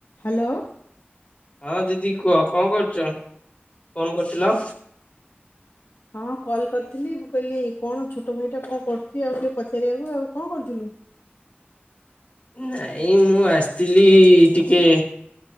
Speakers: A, on the left (about 80°); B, on the left (about 35°).
A: Hello.
B: ହଁ ଦିଦି କୁହ। କଣ କରୁଛ? କଣ କରୁଥିଲ?
A: ହଁ କଲ କରିଥିଲି ମୁଁ କହିଲି କଣ ଛୋଟ ଭାଇ ଟା କଣ କରୁଛି, ଆଉ ଟିକେ ପଚାରିବାକୁ ଆଉ କଣ କରୁଥିଲୁ?
B: ନାଇଁ ମୁଁ ଆସିଥିଲି ଟିକେ